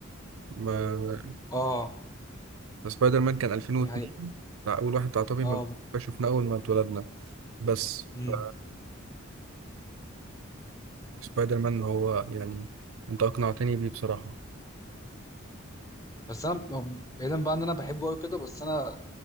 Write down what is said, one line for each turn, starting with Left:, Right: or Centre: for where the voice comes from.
Right: ما
Left: اه
Right: سبايدر مان كان 2002
Left: دي حقيقة
Right: بتاع أول واحد بتاع توبي
Left: اه
Right: ماجواير فشفناه أول ما اتولدنا بس
Left: امم
Right: ف سبايدر مان هو يعني أنت أقنعتني بيه بصراحة
Left: بس انا ب- بعيدا بقى ان انا بحبه قوي كده بس انا